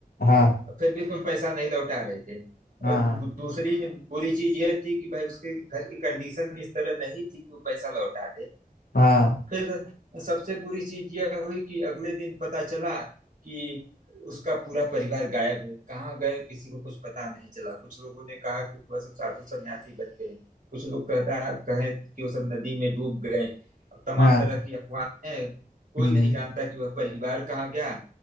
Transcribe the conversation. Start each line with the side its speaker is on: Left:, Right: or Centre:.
Left: हाँ
Right: फिर भी तुम पैसा नहीं लौटा रहे थे
Left: हाँ
Right: और दू-
Left: हाँ
Right: दूसरी बुरी चीज यह थी कि भाई उसके घर की कंडीशन इस तरह नहीं थी कि वो पैसा लौटा दे
Left: हाँ
Right: फिर सबसे बुरी चीज यह हुई कि अगले दिन पता चला कि उसका पूरा परिवार गायब है कहाँ गए किसी को कुछ पता नहीं चला कुछ लोगों ने कहा कि वह सब साधु सन्यासी बन गए कुछ लोग कहता कहे कि वो सब नदी में डूब गए अब तमाम
Left: हाँ
Right: तरह की अफवाहें हैं कोई
Left: हम्म
Right: नहीं जानता कि वह परिवार कहाँ गया